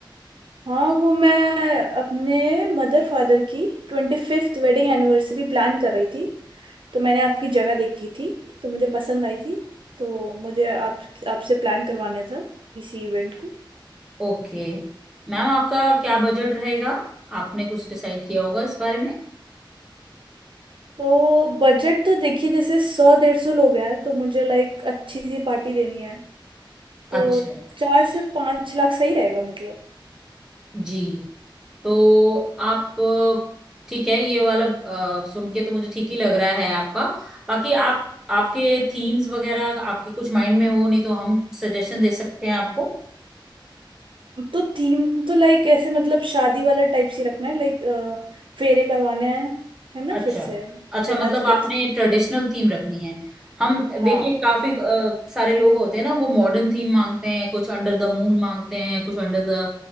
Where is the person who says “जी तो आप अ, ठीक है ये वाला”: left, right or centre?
Centre